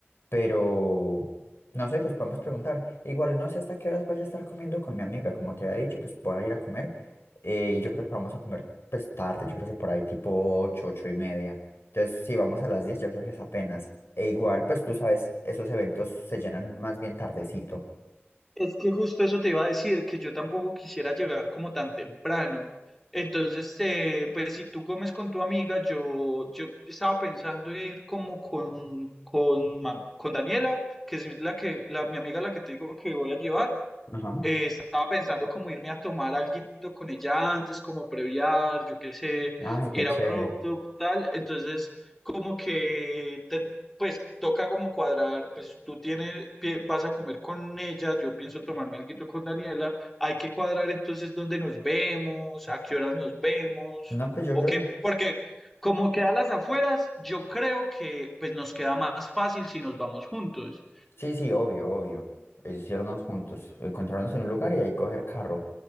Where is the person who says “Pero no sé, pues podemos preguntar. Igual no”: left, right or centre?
Left